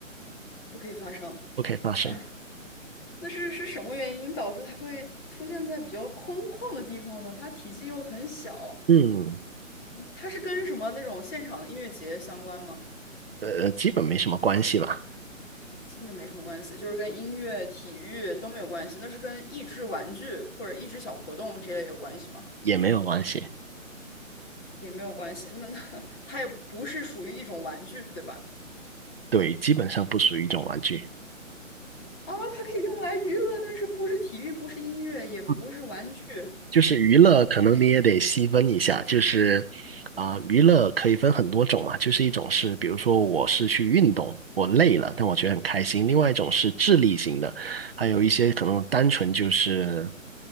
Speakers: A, on the left (about 15°); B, on the right (about 45°).
A: 不可以发生。
B: 不可以发生。
A: 哎呀，那是是什么原因导致它会出现在比较空旷的地方呢？它体积又很小，
B: 嗯，
A: 它是跟什么那种现场音乐节相关吗？
B: 呃，基本没什么关系吧，
A: 基本没什么关系，就是跟音乐、体育都没有关系。那是跟益智玩具或者益智小活动这类有关系吗？
B: 也没有关系。
A: 也没有关系。那那 <laughs> 它也不是属于一种玩具，对吧？
B: 对，基本上不属于一种玩具。
A: 啊，它可以用来娱乐，但是不是体育，不是音乐，也不是玩具。
B: 嗯，就是娱乐，
A: 然后，
B: 可能你也得细分一下，就是啊、娱乐可以分很多种嘛，就是一种是，比如说我是去运动，我累了，但我觉得很开心；，另外一种是智力型的，还有一些可能单纯就是